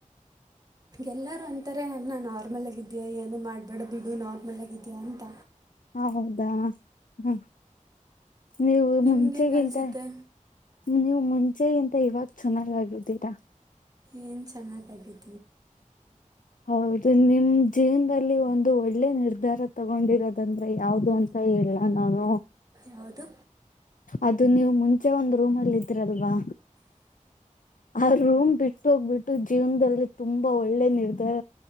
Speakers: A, on the right; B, on the left.
A: ಎಲ್ಲರೂ ಅಂತಾರೆ ನನ್ನ ನಾರ್ಮಲ್ ಆಗಿದೀಯಾ ಏನ ಮಾಡಬೇಡ ಬಿಡು ನಾರ್ಮಲ್ ಆಗಿದೀಯಾ ಅಂತ
B: ಆ ಹೌದಾ. ಹಾ ನೀವು
A: ನಿಮ್ಗೆ
B: ಮುಂಚೆಗಿಂತ
A: ಹೆಂಗೆ ಅನಿಸುತ್ತೆ
B: ನೀವು ಮುಂಚೆಗಿಂತ ಇವಾಗ ಚೆನ್ನಾಗಾಗಿದ್ದೀರಾ.
A: ಏನ್ ಚೆನ್ನಾಗಾಗಿದೆ.
B: ಹೌದು ನಿಮ್ ಜೀವನದಲ್ಲಿ. ಇಲ್ಲಿ ಒಂದು ಒಳ್ಳೆ ನಿರ್ಧಾರ ತಗೊಂಡಿರೋದಂದ್ರೆ ಯಾವ್ದ ಅಂತ ಹೇಳಲ್ಲ ನಾನು
A: ಯಾವುದು
B: ಅದು ನೀವು ಮುಂಚೆ ಒಂದು್ ರೂಮ್ ಅಲ್ಲಿ ಇದ್ರಲ್ವಾ ಆ ರೂಮ್ ಬಿಟ್ಟು ಹೋಗ್ಬಿಟ್ಟು ಜೀವನ್ದಲ್ಲಿ ತುಂಬಾ ಒಳ್ಳೆ ನಿರ್ಧಾರ